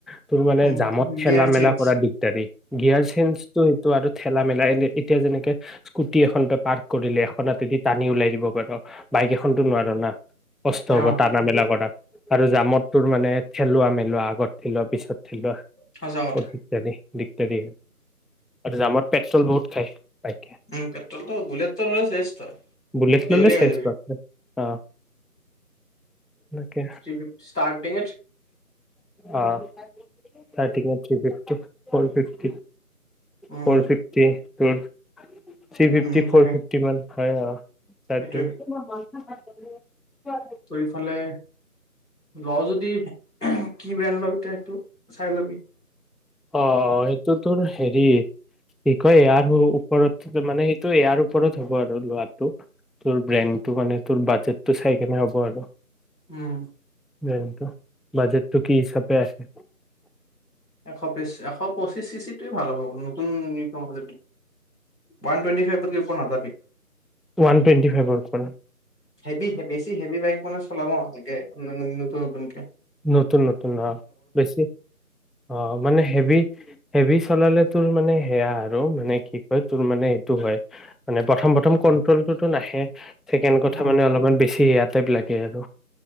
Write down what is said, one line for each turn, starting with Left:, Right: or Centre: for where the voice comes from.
Centre: তোৰ মানে
Left: উম
Centre: জামত ঠেলা
Left: গিয়াৰ
Centre: মেলা
Left: চেঞ্জ
Centre: কৰা দিগদাৰি গিয়াৰ চেজ ো সেইটো আৰু ঠেলা মেলা এ এতিয়া যেনেকে স্কুটি এখন পাৰ্ক কৰিলে এখনতে টানি ওলাই দিব পাৰ বাইক এখনতো নোৱাৰ না কস্ত
Left: অ
Centre: বত াবেলাকৰ আৰু জামত তোৰ মানে থেলোৱা মেলোৱা আগত থিলোৱা পিছত থিলোৱা
Left: সঁচা কথা
Centre: দিগদাৰি দিগদাৰি জামত পেট্ৰল বহুত খাই পাই
Left: উম পেট্ৰলটো বুলট তটো ল'লে শেষ ত
Centre: বুলেট ললে
Left: দেল হৈ
Centre: চেচ বাপৰে অ তাকে
Left: যাৰ
Centre: অ থ থ ফিফি ফ ফিি
Left: উম
Centre: ফ ফিফটি ঘোৰ থ্ৰী ফিফটি
Left: উম তাকে
Centre: ফ'ৰ ফিফটি মান হয় অ তাৰ
Left: সেইটোৱে
Centre: থিং উ
Left: ত ইফালে ল যদি কি ব্ৰেণ্ডৰ এতিয়া সটো খাই লবি
Centre: অ অ সেইটোতো হেৰি কি কয় ইয়াৰ ওপৰত মানে সেইটো ইয়াৰ ওপৰত হ'ব আৰু লোৱাটো তোৰ ব্ৰেণ্ডটো মানে তোৰ বাজেটটো চাই কেনে হ'ব আৰু
Left: উম
Centre: বতো বাজেটটো কি হিচাপে আছে
Left: এশ পছ এশ এশঁিশ চিচিটোৱে ভাল হ'ব উম কমাজট ান টুৱেটিাই পৰা ক ন তি
Centre: ওৱান টেটি ফাইভৰ তাৰ
Left: হেভি বেছি হেভি বাইক মানে চলাবকে পুনকে
Centre: নতুন নতুন আহ বেছি অ মানে হেভি হেভি চলালে তোৰ মানে সেয়া আৰু মানে কি কয় তোৰ মানে এইটো হয় মানে প্ৰথম প্ৰথম কন্ট্ৰলটোতো নাহে ছেকেড কথা
Left: উম
Centre: মানে অলপমান বেছি হ ইয়াত টাইবিলাকেই আৰু